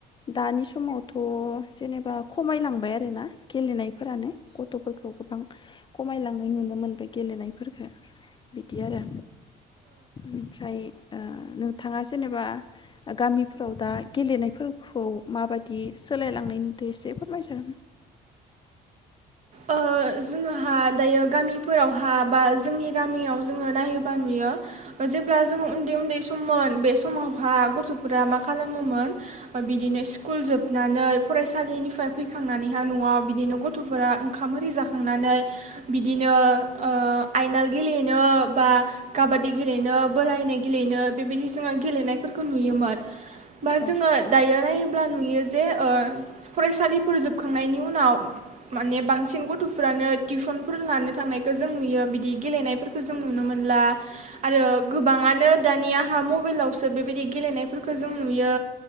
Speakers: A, on the left; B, on the right.
A: दानि समाव थ जेनेबा खमायलांबाय आरोना गेलेनायफोरानो गथफोरखौ गोबां खमायलां नुनो मोनबाय गेलेनायफोरफोरखौ बिदि आरो ओमफ्राय नोंथाङा जेनेबा गामिफोराव दा गेलेनायफोरखौ माबायदि सोलायलांनायनि नुदों एसे फोरमायसाय
B: ओ जोंहा दायो गामिफोरावहा बा जोंनि गामियाव जोङो नायोबा नुयो जेब्ला जोंङो उन्दै-उन्दै सममोन बे समावहा गथफोरा मा खालामोमोन बिदिनो स्कुल जोबनानै फरायसालिनिफ्राय फैखांनानैहा नआव बिदिनो गथफोरा ओंखाम आरि जाखांनानै बिदिनो आयनाल गेलेनो बा काबादि गेलेनो बोरायनाय गेलेनो बेबायदि जोङो गेलेनायफोरखौ नुयोमोन बा
A: औ
B: जोङो दायोनाय ब्ला नुयो जे फरायसालिफोर जोबखांनायनि उनाव माने बांसिन बांसिन गथफ्रानो टिउसनफोर लानो थांनायखौ जों नुयो बिदि गेलेनायफोरखौ जों नुनो मोनला आरो गोबाङानो दानियाहा मबाइलावसो बेबायदि गेलेनायफोरखौ जों नुयो